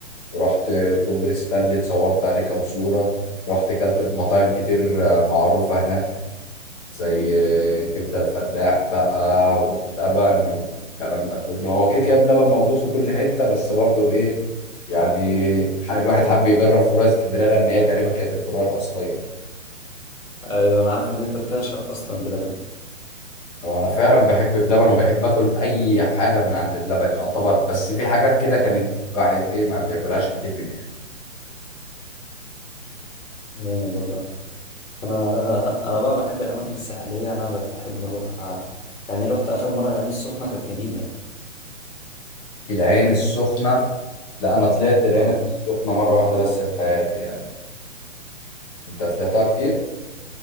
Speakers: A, on the left; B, on the left.
A: رحت كوبري ستانلي اتصورت عليه كام صوره رحت كلت في مطاعم كتير آه، معروفه هناك زي كبدة الفلاح بقى واللبن والكلام ده كله هو كيكة بلبن موجود في كل حتة بس برضو ايه يعني ح- الواحد حب يجرب فروع اسكندرية لأن هي تقريبا كانت الفروع الأصلية
B: ايوه انا عارف ان انت بتعشق اصلا بلبن
A: هو أنا فعلا بحب بلبن وبحب آكل أي حاجة من عند بلبن يعتبر بس في حاجات كده كانت الواحد ايه ما بياكلهاش كتير من هناك
B: جامد والله انا انا بقى بحب الاماكن الساحليه انا بحب اروح آه، يعني رحت اخر مره العين السخنه كانت جميله
A: العين السخنة لا أنا طلعت العين
B: آه،
A: السخنة مرة واحدة بس في حياتي يعني أنت طلعتها كتير؟